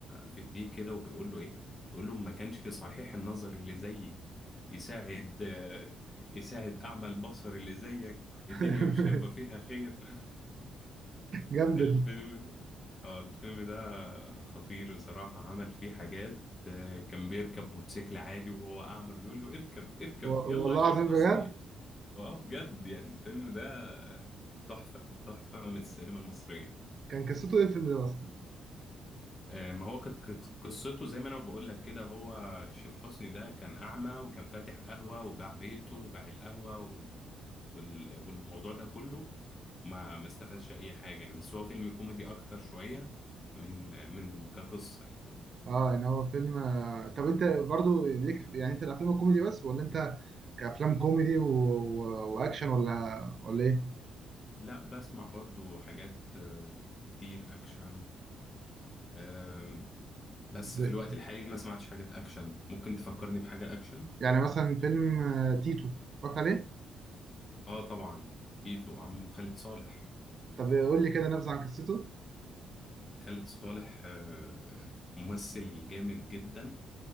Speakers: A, on the left; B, on the right.
A: في إيديه كده وبيقول له إيه بيقول له ما كانش صحيح النظر اللي زيي يساعد آه، يساعد أعمى البصر اللي زيك الدنيا
B: <laughs>
A: مش هيبقى فيها خير <laughs>
B: جامده
A: الفيلم
B: دي
A: ده اه الفيلم ده خطير بصراحة عمل فيه حاجات آه، كان بيركب موتوسيكل عادي وهو أعمى بيقول له اركب اركب
B: و-
A: يلا
B: والله
A: يا شيخ
B: العظيم بجد
A: حسني اه بجد يعني الفيلم ده تحفة تحفة من السينما المصرية
B: كان قصته ايه الفيلم ده اصلا
A: آه، ما هو كانت ق- قصته زي ما انا بقول لك كده هو الشيخ حسني ده كان اعمى وكان فاتح قهوة وباع بيته وباع القهوة و- وال- والموضوع ده كله ما ما استفادش اي حاجة يعني بس هو فيلم كوميدي اكتر شوية من من كقصة يعني
B: اه ان هو فيلم آه، طب انت برضو ليك يعني انت الافلام الكوميدي بس ولا انت كأفلام كوميدي و... و... واكشن ولا ولا ايه
A: لا بسمع برضو حاجات آه، كتير اكشن آم، بس
B: زي-
A: في الوقت الحالي ما سمعتش حاجات اكشن ممكن تفكرني بحاجة اكشن
B: يعني مثلا فيلم آه، تيتو اتفرجت عليه
A: اه طبعا تيتو عمه خالد صالح
B: طب قول لي كده نبذة عن قصته
A: خالد صالح آه، ممثل جامد جدا